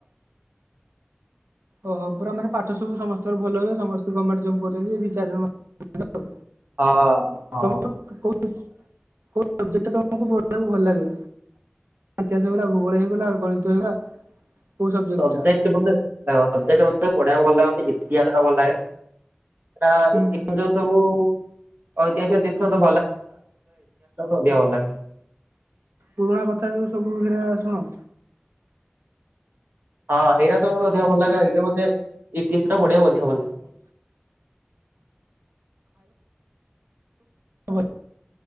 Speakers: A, on the right; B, on the right.
A: ଓହୋ ପୁରା ମାନେ ପାଠ ସବୁ ସମସ୍ତଙ୍କର ଭଲ ହୁଏ। ସମସ୍ତେ ଗଭର୍ଣ୍ଣମେଣ୍ଟ ଜବ କରୁଛନ୍ତି। ଦି ଚାରି ଜଣ ହ୍ୟାଲୋ,
B: ହଁ, ହଁ
A: <inaudible> କୋଉ ସବଜେକ୍ଟ ତମକୁ ପଢିବାକୁ ଭଲ ଲାଗେ? ହତିଆସ ହେଇଗଲା, ଭୂଗୋଳ ହେଇଗଲା, ଗଣିତ ହେଇଗଲା। କୋଉ
B: ସବଜେକ୍ଟ
A: ଟା?
B: <unintelligible> ଅ-ଅ-ଅ ସବଜେକ୍ଟ ମୋତେ ପଢ଼ିବାକୁ ଭଲ ଲାଗେ ବି ଇତିହାସ ଟା ଭଲ ଲାଗେ। ସେଇଟା-ଆ-ଆ
A: ହୁଁ
B: <unintelligible> ଯୋଉ ସବୁ-ଉ-ଉ-ଉ ଐତିହାସିକ <unintelligible> ମୋତେ ଇତିହାସ ଟା କିନ୍ତୁ ଅଧିକା ଭଲ ଲାଗେ।
A: ପୁରୁଣା କଥା ଯ ସବୁ <unintelligible> ଶୁଣ
B: ହଁ ହେଇରା ତ ଅଧିକ ଭଲ ଲାଗେ ଏଇଥିପାଇ ମୋତେ ଇତିହାସଟା ପଢିବାକୁ ଅଧିକ ଭଲ ଲାଗେ।
A: ହ ହ